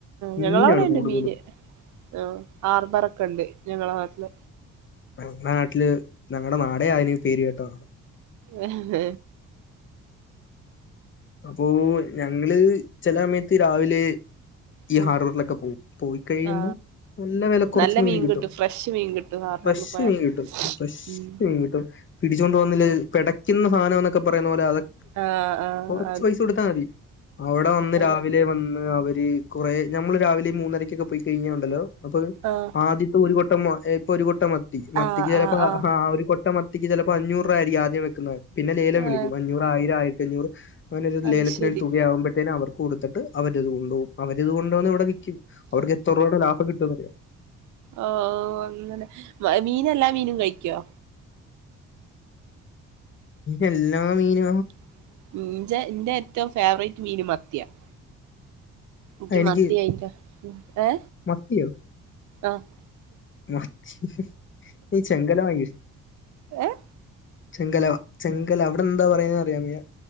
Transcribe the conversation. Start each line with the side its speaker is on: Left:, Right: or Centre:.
Left: മീനാണ്
Right: ഞങ്ങളവിടെണ്ട്
Left: കൂടുതലും
Right: മീന് ആ ഹാർബറൊക്കെണ്ട് ഞങ്ങളെ നാട്ടില്
Left: ഞങ്ങള നാട്ടില് ഞങ്ങളുടെ നാടേ അയിന് പേര് കേട്ടാതാണ്
Right: ആഹ
Left: അപ്പോ ഞങ്ങള് ചില സമയത്ത് രാവിലെ ഈ
Right: ഉം
Left: ഹാർബറിലൊക്കെ പോവും പോയി കഴിയുമ്പോൾ
Right: ആ
Left: നല്ല വില കുറച്ച്
Right: നല്ല
Left: മീൻ കിട്ടും
Right: ഫ്രഷ് മീൻ കിട്ടും ഹാർബറിൽ
Left: ഫ്രഷ്
Right: പോയ
Left: മീൻ കിട്ടും ഫ്രഷ്
Right: ഉം
Left: മീൻ കിട്ടും. പിടിച്ചുകൊണ്ട് പോന്നില്ലേ പിടക്കുന്ന സാധനം എന്നൊക്കെ പറയുന്ന പോലെ അതൊ
Right: ആഹ് ആഹ്
Left: കൊറച് പൈസ കൊടുത്താൽ മതി. അവിടെ വന്ന്
Right: അതെ
Left: രാവിലെ വ അവര് കൊറേ, നമ്മള് രാവിലെ മൂന്നരക്കൊക്കെ പോയി കഴിഞ്ഞ ഉണ്ടല്ലോ അപ്പൊ
Right: ആഹ്
Left: ആദ്യത്തെ ഒരു കൊട്ട ഒരു കൊട്ടം മത്തി മത്തിക്ക്
Right: ആ
Left: ചിലപ്പോ
Right: ആ ആ
Left: ഒരു കൊട്ട മ ക്ക് ചിലപ്പോ അഞ്ഞൂറ് രൂപ ആയിരിക്കും ആദ്യം വെക്കുന്നത് പിന്നെ ലേലം വിളിക്കും
Right: ആ
Left: അഞ്ഞൂറ്, ആയിരം, ആയിരത്തിആഞ്ഞൂറ്, അങ്ങനെ ഒരു
Right: അത്
Left: ലേലത്തിന്
Right: ശരി
Left: ഒരു തുകയാവുമ്പോത്തേും അവർക്ക് കൊടുത്തിട്ട് അവര അത് കൊണ്ടപോക അവരത് കൊണ്ടോന്ന് ഇവിടെ അവർക്ക് എത്ര രൂപയുടെ ലാഭം കിട്ടുംന്നറിയോ?
Right: ഓഹ് അങ്ങനെ മീനെല്ലാ മീനും കഴിക്കുവോ
Left: എല്ലാ മീന?
Right: <unintelligible> എന്റെ ഏറ്റവും ഫേവറേറ്റ് മീൻ മത്തിയാണ്. എക്ക്
Left: ആ, എനിക്ക്
Right: മത്തിയയിട്ട ഏ
Left: മത്തിയോ?
Right: ആഹ്
Left: <unintelligible> ചെങ്കലമായി
Right: ഏഹ്?
Left: ചെങ്കല ചെങ്കല അവിടെ എന്താ പറയ അറിയാ മയ്യ